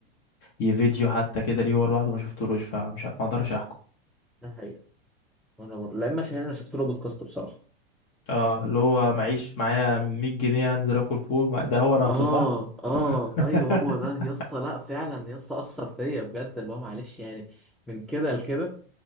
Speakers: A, on the left; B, in the centre.
A: أي فيديو حتى كده ليه هو لوحده ما شفتلوش فمش ه- ما أقدرش أحكم
B: ده حقيقة وانا برضه لا اما شهيد انا شفت له بودكاست بصراحه
A: اه اللي هو معيش معايا 100 جنيه هنزل اكل فول ما- ده هو نفسه
B: اه
A: صح <laughs>
B: اه ايوه هو ده يا اسطى لا فعلا يا اسطى اثر فيا بجد اللي هو معلش يعني من كده لكده